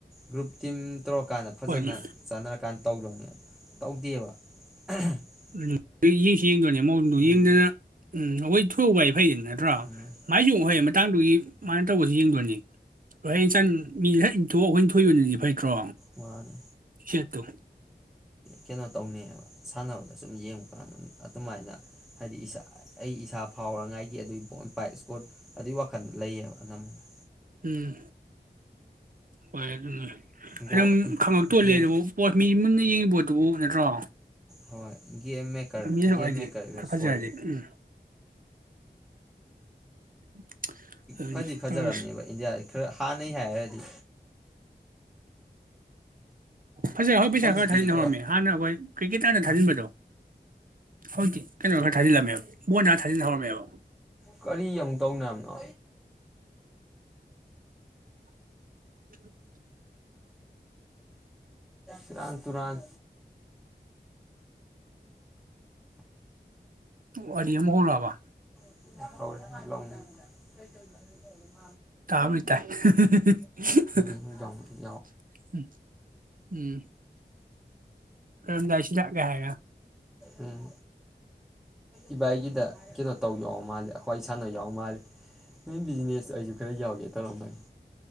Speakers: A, in the centre; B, on the right.
A: ꯒ꯭ꯔꯨꯞ ꯇꯤꯝ ꯇꯧꯔꯀꯥꯟꯗ ꯐꯖꯅ
B: ꯍꯣꯏꯅꯦ
A: ꯆꯥꯟꯅꯔꯀꯥꯟꯗ ꯇꯧꯗꯧꯅꯦ ꯇꯧꯗꯦꯕ <inaudible>
B: ꯎꯝ ꯌꯦꯡꯁꯤ ꯌꯦꯡꯗꯣꯏꯅꯦ ꯃꯑꯣꯡꯗꯣ
A: ꯎꯝ
B: ꯌꯦꯡꯗꯅ ꯎꯝ <unintelligible> ꯐꯩꯗꯤ ꯅꯠꯇ꯭ꯔꯣ
A: ꯎꯝ
B: ꯃꯥꯏꯁꯨ ꯋꯍꯩ ꯃꯇꯥꯡꯗꯨꯒꯤ ꯁꯨꯃꯥꯏꯅ ꯇꯧꯕꯁꯨ ꯌꯦꯡꯗꯣꯏꯅꯤ ꯔꯣꯏꯟꯁꯟ ꯃꯤ ꯍꯥꯛ ꯏꯟꯊꯨꯑꯣ ꯑꯩꯈꯣꯏꯅ ꯊꯣꯛꯏꯕꯅꯤꯗꯤ ꯐꯠꯇ꯭ꯔꯣ
A: ꯋꯥꯔꯦ
B: ꯆꯠꯇꯣ
A: ꯀꯦꯅꯣ ꯇꯧꯅꯤꯑꯕ ꯁꯥꯟꯅꯕꯗ ꯁꯨꯝ ꯌꯦꯡꯕ ꯀꯥꯟꯗ ꯎꯝ ꯑꯗꯨꯃꯥꯏꯅ ꯍꯥꯏꯗꯤ ꯏꯁꯥ ꯑꯩ ꯏꯁꯥ ꯐꯥꯎꯔꯉꯥꯏꯒꯤ ꯑꯗꯨꯒꯤ ꯐꯣꯟ ꯕꯥꯏ ꯁ꯭ꯀꯣꯠ ꯑꯗꯨꯏ ꯋꯥꯈꯜꯗ ꯂꯩꯌꯦꯕ ꯑꯅꯝꯕꯅ
B: ꯎꯝ ꯍꯣꯏ ꯑꯗꯨꯅ
A: ꯒꯣꯜ
B: ꯑꯗꯨꯝ ꯈꯪꯉꯛꯇꯣꯜꯂꯦ
A: ꯒꯦꯝ
B: ꯑꯗꯨꯕꯨ ꯄꯣꯠ ꯃꯤ ꯃꯨꯟꯅ ꯌꯦꯡꯉꯤ ꯄꯣꯠꯇꯨꯕꯨ ꯅꯠꯇ꯭ꯔꯣ
A: ꯍꯣꯏ ꯒꯦꯝ ꯃꯦꯀ꯭ꯔ
B: ꯃꯤꯅꯁꯨ
A: ꯒꯦꯝ
B: ꯍꯥꯏꯗꯤ
A: ꯃꯦꯀ꯭ꯔ
B: ꯐꯖꯔꯗꯤ
A: ꯁꯣꯏ
B: ꯎꯝ <inaudible> ꯑꯗꯨꯅꯤ
A: ꯈꯥꯔꯗꯤ ꯐꯖꯔꯕꯅꯦꯕ
B: ꯇꯧꯔꯤꯁꯤ
A: ꯏꯟꯗꯤꯌꯥ ꯈꯔ ꯊꯥꯅ ꯍꯥꯏꯔꯗꯤ
B: ꯐꯖꯩ ꯑꯩ ꯍꯣꯏ ꯄꯩꯁꯥ
A: ꯍꯧꯖꯤꯛꯀꯤꯗꯤ
B: ꯈ ꯊꯥꯏꯅ
A: ꯈꯔ
B: ꯍꯔꯝꯃꯦ ꯍꯥꯟꯅ ꯍꯈꯣꯏ ꯀ꯭ꯔꯤꯛꯀꯦꯠꯅ ꯊꯥꯖꯤꯟꯕꯗꯣ ꯍꯧꯖꯤꯛꯇꯤ ꯀꯩꯅꯣ ꯈꯔ ꯊꯥꯖꯤꯜꯂꯝꯃꯦꯕ ꯕꯣꯜꯗꯅ ꯊꯥꯖꯤꯟꯍꯧꯔꯝꯃꯦꯕ
A: ꯀꯔꯤ ꯑꯃꯨꯛ ꯇꯧꯅꯕꯅꯣ
B: <inaudible>
A: ꯁꯔꯥꯟ ꯇꯨꯔꯥꯟ
B: ꯋꯥꯔꯤ ꯃꯃꯨꯛ ꯍꯧꯔꯛꯑꯕꯔꯥ
A: <unintelligible>
B: ꯇꯕꯨꯗꯤ ꯇꯥꯏ ꯍ
A: ꯃꯤ
B: ꯍꯍꯥ
A: ꯌꯥꯎ
B: ꯎꯝ ꯑꯝꯗꯥꯏ ꯁꯤꯗ ꯀꯥꯏꯅ
A: ꯎꯝ ꯏꯕꯥꯏꯒꯤꯗ ꯀꯩꯅꯣ ꯇꯧ ꯌꯥꯎ ꯃꯥꯜꯂꯦ ꯑꯩꯈꯣꯏ ꯁꯥꯟꯅ ꯌꯥꯎ ꯃꯥꯜꯂꯤ ꯅꯣꯏ ꯕꯤꯖꯤꯅꯦꯁ ꯑ ꯑꯩꯁꯨ ꯈꯔ ꯌꯥꯎꯒꯦ ꯇꯧꯔꯝꯕꯅꯤ